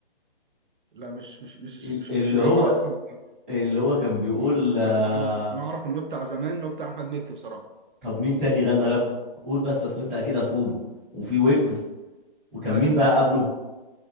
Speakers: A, on the right; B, in the centre.
A: لا مش مش مش
B: ال-
A: مش,
B: اللي
A: مش مجمع
B: هو
A: اسمه مش
B: اللي هو كان بيقول
A: مجمع اسمه
B: آه،
A: أنا أنا أنا أعرف إنه بتاع زمان إنه بتاع أحمد مكي بصراحة
B: طب مين تاني غنى راب قول بس اصل انت اكيد هتقوله وفي ويجز وكان
A: أيوه
B: مين بقى قبله